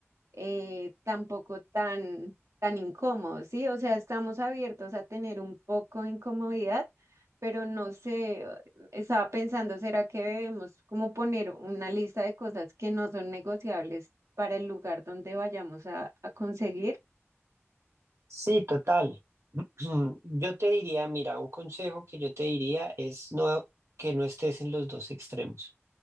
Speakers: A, on the right (about 85°); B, on the right (about 70°).
A: eh, tampoco tan, tan incómodos, ¿sí? O sea, estamos abiertos a tener un poco de incomodidad, pero no sé, estaba pensando, ¿será que debemos como poner una lista de cosas que no son negociables para el lugar donde vayamos a, a conseguir?
B: sí, total. <clears throat> Yo te diría, mira, un consejo que yo te diría es no, que no estés en los dos extremos.